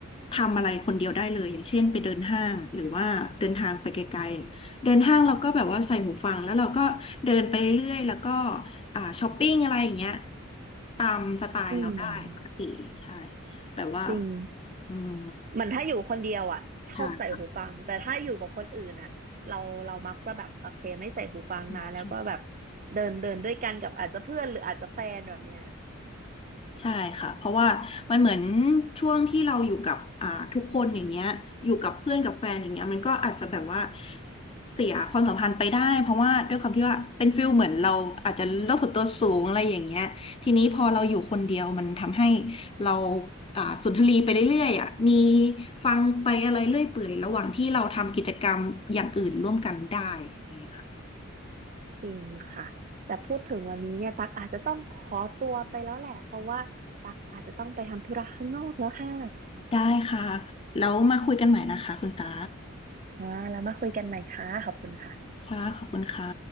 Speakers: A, on the left; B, on the right.
A: ทำอะไรคนเดียวได้เลยอย่างเช่นไปเดินห้างหรือว่าเดินทางไปไกลๆเดินห้างเราก็แบบว่าใส่หูฟังแล้วเราก็เดินไปเรื่อยๆ แล้วก็อ่าช้อปปิ้งอะไรอย่างเงี้ยตามสไตล์เราได้ปกติใช่
B: อืม
A: แบบว่า
B: จริง
A: อืม
B: เหมือนถ้าอยู่คนเดียวอ่ะชอบใส่หูฟังแต่ถ้าอยู่กับคนอื่นอ่ะเราเรามักจะแบบโอเคไม่ใส่หูฟังนะแล้วก็แบบ
A: ใช่ค่ะใช่ใช่
B: เดินเดินด้วยกันกับอาจจะเพื่อนหรืออาจจะแฟนแบบเนี้ย
A: ใช่ค่ะเพราะว่ามันเหมือนช่วงที่เราอยู่กับอ่าทุกคนอย่างเงี้ยอยู่กับเพื่อนกับแฟนอย่างเงี้ยมันก็อาจจะแบบว่าเสียความสัมพันธ์ไปได้เพราะว่าด้วยความที่ว่าเป็นฟิลเหมือนเราอาจจะโลกส่วนตัวสูงอะไรอย่างเงี้ยทีนี้พอเราอยู่คนเดียวมันทำให้เราอ่าสุนทรีไปเรื่อยๆอ่ะมีฟังไปอะไรเรื่อยเปื่อยระหว่างที่เราทำกิจกรรมอย่างอื่นร่วมกันได้นี่ค่ะ
B: จริงค่ะแต่พูดถึงวันนี้เนี่ยตักอาจจะต้องขอตัวไปแล้วแหละเพราะว่าตักอาจจะต้องไปทำธุระข้างนอกแล้วค่ะ
A: ได้ค่ะแล้วมาคุยกันใหม่นะคะคุณตา
B: อ่าแล้วมาคุยกันใหม่ค่ะขอบคุณค่ะ
A: ค่ะขอบคุณค่ะ